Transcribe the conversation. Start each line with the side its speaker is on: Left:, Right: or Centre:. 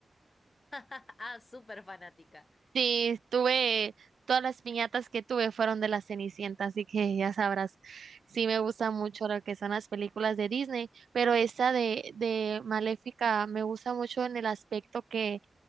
Left: <laughs> Ah, súper fanática.
Right: Sí, tuve, todas las piñatas que tuve fueron de la Cenicienta, así que ya sabrás. Sí, me gusta mucho lo que son las películas de Disney, pero esta de, de Maléfica me gusta mucho en el aspecto que